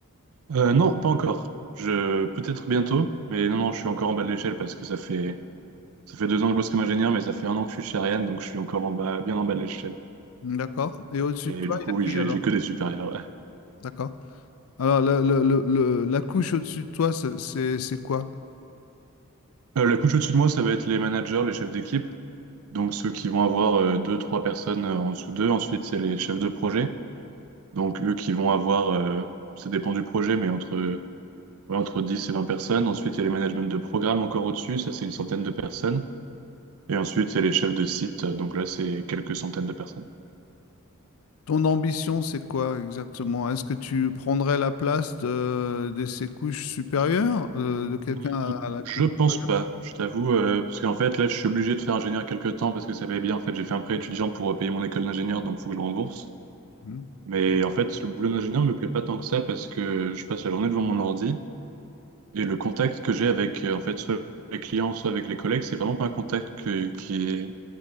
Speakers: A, on the right (about 75°); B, on the left (about 75°).
A: Euh, non, pas encore. Je, peut-être bientôt, mais non, non, je suis encore en bas de l'échelle parce que ça fait, ça fait deux ans que je bosse comme ingénieur, mais ça fait un an que je suis chez Ariane, donc je suis encore en bas, bien en bas de l'échelle.
B: D'accord. Et au-dessus
A: Et
B: de toi,
A: du coup,
B: il y a qui
A: oui, j'ai,
B: alors?
A: j'ai que des supérieurs. ouais.
B: D'accord. Alors, le- le- le- le- la couche au-dessus de toi, c'est c'est- c'est quoi?
A: Euh, la couche au-dessus de moi, ça va être les managers, les chefs d'équipe, donc ceux qui vont avoir euh, deux, trois personnes euh, en dessous d'eux. Ensuite, il y a les chefs de projet, donc eux qui vont avoir, euh, ça dépend du projet, mais entre Ouais, entre 10 et 20 personnes. Ensuite, il y a les managements de programme encore au-dessus, ça c'est une centaine de personnes. Et ensuite, il y a les chefs de site, donc là c'est quelques centaines de personnes.
B: Ton ambition, c'est quoi exactement? Est-ce que tu prendrais la place de, de ces couches supérieures, euh, de quelqu'un
A: Hmm,
B: à la couche
A: Je pense
B: supérieure?
A: pas, je t'avoue, euh, parce qu'en fait là je suis obligé de faire ingénieur quelques temps parce que ça va bien. En fait, j'ai fait un prêt étudiant pour euh, payer mon école d'ingénieur, donc faut que je le rembourse.
B: Hmm.
A: Mais en fait, le boulot d'ingénieur me plaît pas tant que ça parce que je passe la journée devant mon ordi et le contact que j'ai avec euh, en fait soit les clients, soit avec les collègues, c'est vraiment pas un contact que- qui est